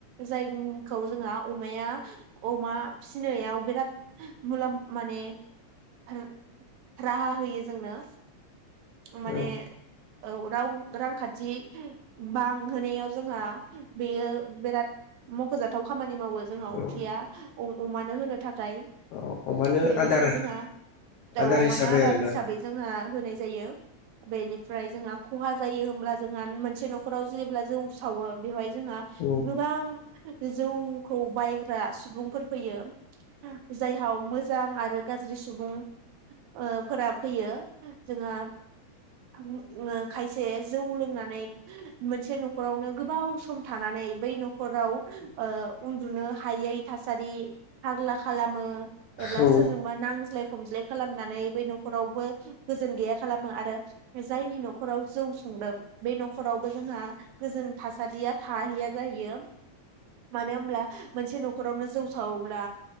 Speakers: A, on the right; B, on the left.
A: जायखौ जोंहा अमाया अमा फिनायाव बिराद हो मुलाम माने हो राहा होयो जोंनो माने
B: औ
A: औ राव रांखान्थि बांहोनायाव जोंहा बेयो बिराद मखजाथाव खामानि। मावो जोंहा
B: औ
A: अफ्रिआ अ-अमा होनो। ओमफ्राय
B: औ अमानो
A: बेनिफ्राय
B: आदार
A: जोंहा दाउआव
B: आदार हिसाबै
A: माने आदार
B: आरोना
A: हिसाबै जोंहा होनाय। बेनिफ्राय जोंहा खहा जायो होब्ला जोंहा मोनसे नखराव जेब्ला जौ सावो बेवहाय। जोंहा
B: औ
A: गोबां जौखौ बाय सुबुंफोर फैयो। जाहाव मोजां आरो गाज्रि सुबुं। ओ फोरा फैयो। जोंहा हां ओ खायसे जौ लोंनानै मोनसे नखरावनो गोबाव सम थानानै बै नखराव ओ उन्दुनो हायै थासारि हारला खालामो। एब्ला
B: औ
A: सोरजोंबा नांज्लाय खमज्लाय खालामनानै बै नखरावबो गोजोन गैया खालामो आरो जायनि नखराव जौ संदों बे नखरावबो जोंहा गोजोन थासारिया थाहैया जाहैयो। मानो होमब्ला मोनसे नखरावनो जौ सावोब्ला